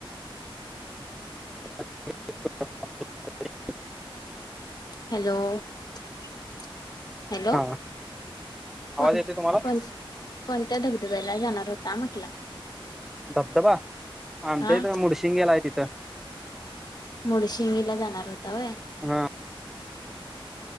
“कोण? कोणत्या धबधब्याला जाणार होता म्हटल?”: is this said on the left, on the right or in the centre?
Left